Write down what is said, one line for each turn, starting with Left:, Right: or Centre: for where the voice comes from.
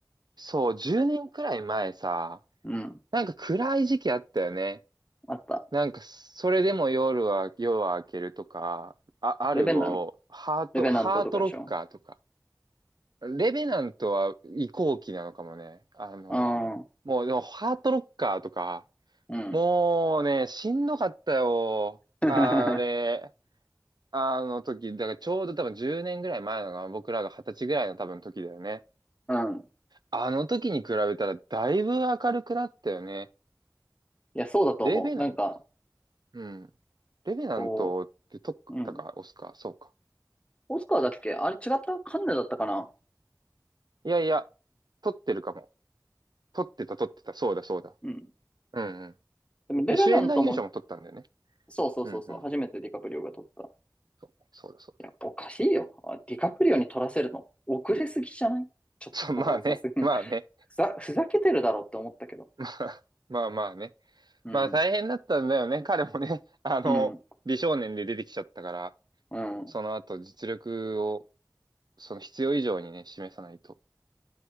Right: そう、10年くらい前さ、
Left: うん。
Right: なんか暗い時期あったよね。
Left: あった。
Right: なんか、それでも夜は、夜は明けるとか、あ、アルゴ、
Left: レベナン、
Right: ハート、
Left: レベナントとかでしょ。
Right: ハートロッカーとか。レベナントは移行期なのかもね。あの、
Left: うん。う
Right: もう、でも、ハートロッカーとか、
Left: ん。
Right: もうね、しんどかったよ。
Left: <laughs>
Right: あれ。あの時、だからちょうど多分10年ぐらい前のが、僕らが20歳ぐらいの多分時だよね。
Left: うん。
Right: あの時に比べたらだいぶ明るくなったよね。
Left: いや、そうだと思う。
Right: レベナン、
Left: なんか、
Right: うん。レベナントって撮ったか、
Left: こう、うん。
Right: オスか、そうか。
Left: オスカーだっけあれ違ったカンヌだったかな
Right: いやいや、撮ってるかも。撮ってた、撮ってた。そうだ、そうだ。
Left: うん。
Right: うんうん。
Left: でも、レベナントも、
Right: え、主演男優賞も撮ったんだよね。
Left: そうそうそうそう。
Right: うんうん。
Left: 初めてディカプリオが取った。
Right: そうねそうだ、そうだ。
Left: いや、おかしいよ。あディカプリオに取らせるの、遅れすぎじゃないちょっとそれはさすがに
Right: <laughs> そう、まあね、まあね。
Left: ふざ、ふざけてるだろって思ったけど。
Right: <laughs> まあ、まあまあね。
Left: うん。
Right: まあ大変だったんだよね。彼もね、あの、
Left: うん。
Right: 美少年で出てきちゃったから。
Left: うん。
Right: その後実力を、その必要以上にね、示さないと